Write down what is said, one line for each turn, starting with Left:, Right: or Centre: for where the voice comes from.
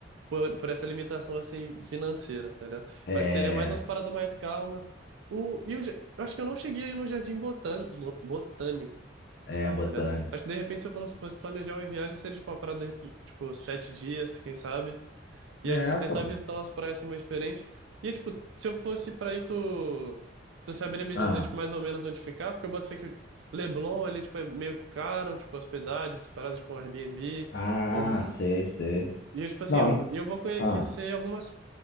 Right: por, por essa limitação, assim, financeira, tá ligado?
Left: É,
Right: Eu acho que seria mais umas paradas mais calmas. O, e o, ja- eu acho que eu não cheguei aí no Jardim Botan- Bo- Botânico,
Left: é botânico.
Right: tá ligado? Acho que, de repente, se eu fosse fosse planejar uma viagem, seria, tipo, uma parada, de, repente, tipo, sete dias, quem sabe? E
Left: É,
Right: aí, tipo, tentar
Left: pô.
Right: visitar umas praias assim mais diferentes. E, aí, tipo, se eu fosse pra aí, tu, tu saberia me
Left: Ah,
Right: dizer, tipo, mais ou menos onde ficar? Porque eu boto fé que Leblon ali, tipo, é meio caro, tipo, hospedagem, essas paradas, tipo, um Airbnb.
Left: ah,
Right: Ou...
Left: sei, sei.
Right: E, eu, tipo assim,
Left: Não,
Right: eu,
Left: en-
Right: eu vou conhecer
Left: ah.
Right: algumas,